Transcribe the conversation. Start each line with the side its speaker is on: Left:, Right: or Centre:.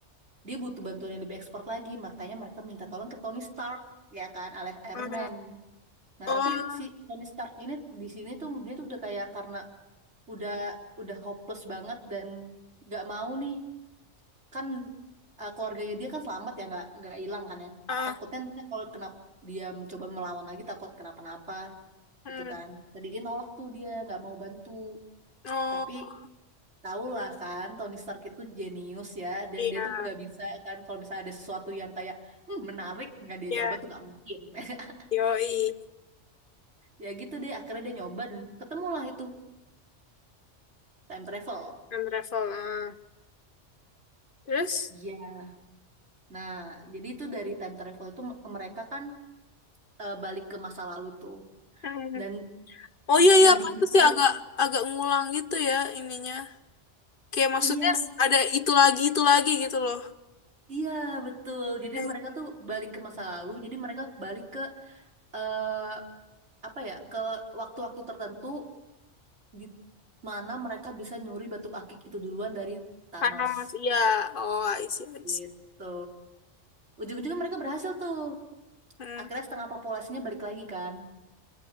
Right: dia butuh bantuan yang lebih ekspor lagi, makanya mereka minta tolong ke Tony Stark ya kan, alias Iron
Left: Eh,
Right: Man. Nah,
Left: Oh,
Right: tapi si Tony Stark ini di sini tuh dia tuh udah kayak karena udah udah hopeless banget dan gak mau nih kan eh, keluarganya dia kan selamat ya nggak nggak hilang kan ya
Left: ah.
Right: takutnya nanti kalau kenapa dia mencoba melawan lagi takut kenapa-napa
Left: hmm.
Right: gitu kan jadi dia nolak tuh dia nggak mau bantu
Left: Oh
Right: tapi tahulah kan Tony Stark itu jenius ya dan
Left: iya
Right: dia tuh nggak bisa kan kalau misalnya ada sesuatu yang kayak "Hmm, menarik nggak dia
Left: iya
Right: coba tuh nggak mungkin <laughs>
Left: yoi
Right: ya gitu deh akhirnya dia nyoba dan ketemulah itu time travel
Left: time travel ah. Terus
Right: Iya. Nah, jadi itu dari time travel itu m- mereka kan eh, balik ke masa lalu tuh.
Left: hmm.
Right: Dan
Left: oh iya iya
Right: yang bikin
Left: pantas
Right: seru
Left: sih agak agak ngulang gitu ya ininya kayak maksudnya
Right: iya
Left: ada itu lagi itu lagi gitu loh
Right: iya betul jadi
Left: Yes.
Right: mereka tuh balik ke masa lalu jadi mereka balik ke eh apa ya ke waktu-waktu tertentu di mana mereka bisa nyuri batu akik itu duluan dari Thanos
Left: Thanos iya oh I see, I
Right: gitu
Left: see.
Right: ujung-ujungnya mereka berhasil tuh
Left: Hmm.
Right: akhirnya setengah populasinya balik lagi kan